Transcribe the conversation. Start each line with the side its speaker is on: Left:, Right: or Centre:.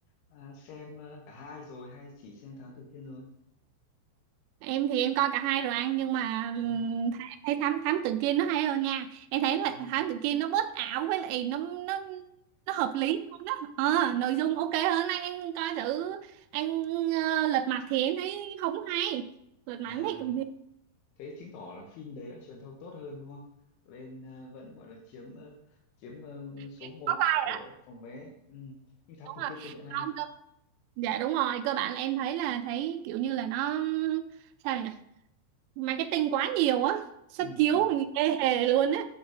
Left: à, xem ờ, cả hai rồi hay chỉ xem Thám Tử Kiên thôi
Right: em thì em coi cả hai rồi anh nhưng mà
Left: ừ.
Right: ừm, th- em thấy thám thám tử kiên nó hay hơn nha em thấy là
Left: ừ.
Right: thám tử kiên nó bớt ảo với lại nó nó nó hợp lý hơn đó ờ nội dung ok hơn anh anh coi thử anh ờ, lật mặt thì em thấy không hay lật
Left: à
Right: mặt em thấy kiểu gì
Left: thế chứng tỏ là phim đấy đã truyền thông tốt hơn đúng không lên ờ, vẫn gọi là chiếm ờ, chiếm ờ, số
Right: em
Left: một
Right: có ba
Left: của phòng vé ừ. nhưng Thám
Right: đúng
Left: Tử
Right: rồi
Left: Kiên công nhận hay
Right: không cơ dạ đúng rồi cơ bản là em thấy là thấy kiểu như là nó sao nhỉ marketing quá nhiều á xuất
Left: ừ,
Right: chiếu
Left: ừ.
Right: thì ê hề luôn á